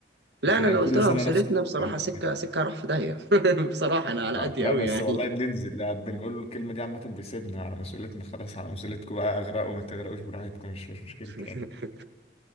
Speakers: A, on the right; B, on the left.
A: لا
B: بس كان
A: انا لو
B: كل
A: قلت لها
B: سنه
A: بصيرتنا
B: نفس الحوار
A: بصراحه سكه
B: والله.
A: سكه هروح في داهيه <laughs> بصراحه انا على
B: آه،
A: قدي
B: لا
A: قوي
B: بس
A: يعني
B: والله بننزل آه، بنقول له الكلمه دي عامه بيسيبنا على مسؤوليتنا خلاص على مسؤوليتكم بقى اغرقوا ما تغرقوش براحتكم مش مش مشكلتي
A: <laughs>
B: يعني